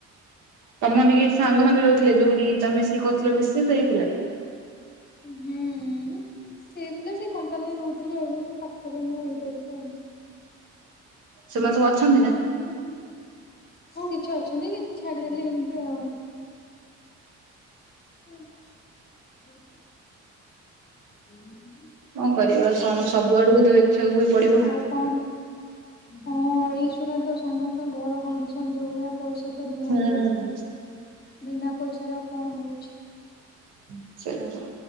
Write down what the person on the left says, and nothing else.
ହୁଁ, ହୁଁ, ସେଇପିଲା ସେଇ କମ୍ପାନୀରେ ରହୁଥିଲେ ଆଉ। କିନ୍ତୁ ମୋ ପାଖରେ ନୁହେଁ ଏଇଟାଇପ୍ ର ଆଉ।
ଆଉ। ହଁ, କିଛି ଅଛନ୍ତି। କିଛି ଛାଡିଦେଲେ ଏମିତି ଆଉ। ଉଁ <inaudible> <inaudible>
ଆଉ କଣ ହଁ ଏଇ ଶୁଣ ତ ସମସ୍ତଙ୍କ ଘର କଣ୍ଡିସନ୍ ଯୋଉ ଭଳିଆ ପଇସା ତ ନିହାତି
ଦରକାର। ବିନା ପଇସାରେ ଆଉ କଣ ହଉଛି?